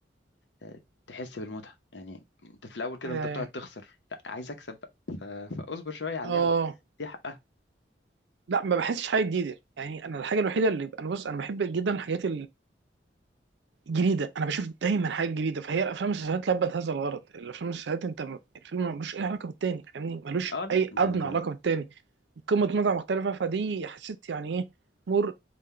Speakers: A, on the left; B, on the right.
A: آه، تحس بالمتعه يعني انت في الاول كده
B: اه
A: انت بتقعد تخسر لا عايز اكسب بقى ف- فاصبر شويه على
B: آه.
A: اللعبه دي حقها
B: لا ما بحسش حاجه جديده يعني انا الحاجه الوحيده اللي انا بص انا بحب جدا الحاجات جديده انا بشوف دايما حاجات جديده فهي الافلام والمسلسلات لبت هذا الغرض الافلام والمسلسلات انت م- الفيلم ملوش اي علاقه بالتاني فاهمني ملوش
A: اه لا
B: اي ادنى
A: ده-
B: علاقه بالتاني قمه متعه مختلفه فدي حسيت يعني ايه مر